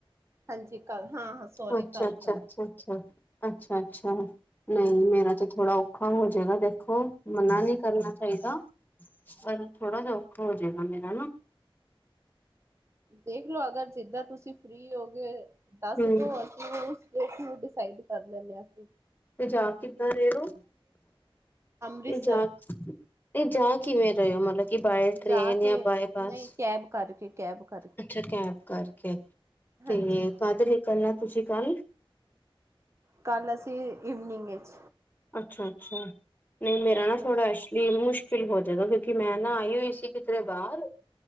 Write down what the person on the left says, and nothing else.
ਅੱਛਾ
ਅੱਛਾ
ਅੱ ਅੱਛ ਅੱਛਾ ਅੱਛਾ, ਨਹੀਂ
ਮੇਰਾ ਤੇ ਥੋੜਾ ਔਖਾ ਹੋ ਜਾਏਗਾ ਦੇਖੋ, ਮਨਾ ਨਈ ਕਰਨਾ ਚਾਹੀਦਾ। ਪਰ ਥੋੜਾ ਜਿਆ ਔਖਾ ਹੋ ਜਾਏਗਾ ਮੇਰਾ ਨਾ
ਹਮ
ਤੇ ਜਾ ਕਿੱਦਾਂ ਰਹੇ ਔ,
ਤੇ ਜਾ ਨਈ ਜਾ ਕਿਵੇਂ ਰਏ ਓ ਮਤਲਬ ਕਿ ਬਾਏ ਟ੍ਰੇਨ
ਜਾਂ
ਬਾਏਬਸ
ਅੱਛਾ ਕੈਬ ਕਰਕੇ।
ਤੇ ਕਦ ਨਿਕਲਨੇ ਤੁਸੀਂ ਕੱਲ।
ਅੱਛਾ ਅੱਛਾ ਨਹੀਂ ਮੇਰਾ ਨਾ
ਥੋੜਾ ਵੀ ਮੁਸ਼ਕਿਲ ਹੋ ਜੈ ਗਾ ਕਿਉਂਕਿ ਮੈਂ ਨਾ ਆਈ ਹੋਈ ਸੀ ਕਿਧਰੇ ਬਾਰ